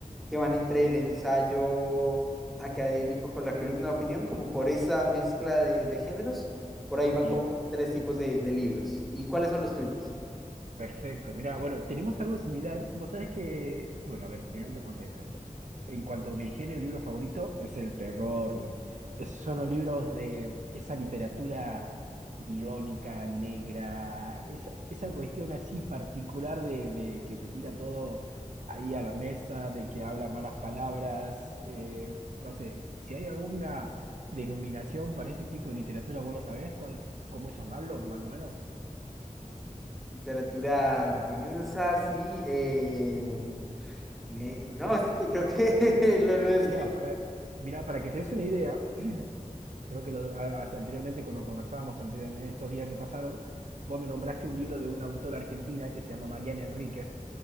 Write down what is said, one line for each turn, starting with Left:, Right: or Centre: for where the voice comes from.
Centre: que van entre el ensayo académico con la columna de opinión, como por esa mezcla de, de géneros. Por ahí van
Right: bien.
Centre: como tres tipos de, de libros. ¿Y cuáles son los tuyos?
Right: Perfecto. Mira, bueno, tenemos algo similar. Vos sabés que, bueno, a ver, primero te contesto esto. En cuanto a mi género, el libro favorito es el terror. Es- son los libros de esa literatura irónica, negra, esa, esa cuestión así particular de, de que te tira todo ahí a la mesa, de que habla malas palabras. eh, no sé, si hay alguna denominación para ese tipo de literatura, vos lo sabés, cuál, cómo llamarlo, más o menos.
Centre: Literatura densa, sí. eh, le-
Right: O
Centre: no,
Right: sea.
Centre: <laughs> creo que <laughs> lo, lo describí
Right: Mira, para, mira, para que te des una idea, <clears throat> creo que lo- a- hace- anteriormente, cuando conversábamos anterior, en estos días que pasaron, vos me nombraste un libro de una autora argentina que se llama Mariana Enríquez,